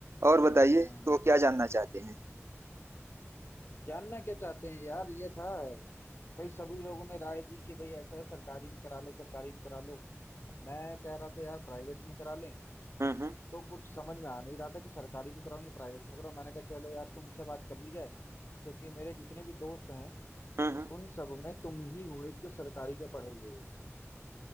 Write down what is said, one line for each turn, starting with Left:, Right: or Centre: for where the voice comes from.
Right: और बताइए
Left: हाँ
Right: तो क्या जानना चाहते हैं
Left: जानना क्या चाहते हैं यार ये था भाई सभी लोगों ने राय दी कि भाई ऐसा है सरकारी में करा लो सरकारी में करा लो अब मैं कह रहा था यार प्राइवेट में करा लें
Right: हम्म हम्म
Left: तो कुछ समझ में आ नहीं रहा था कि सरकारी में कराऊं या प्राइवेट में कराऊं मैंने कहा चलो यार तुमसे बात कर ली जाए क्योंकि मेरे जितने भी दोस्त हैं
Right: हम्म हम्म।
Left: उन सब में तुम ही हो एक जो सरकारी के पढ़े हुए हो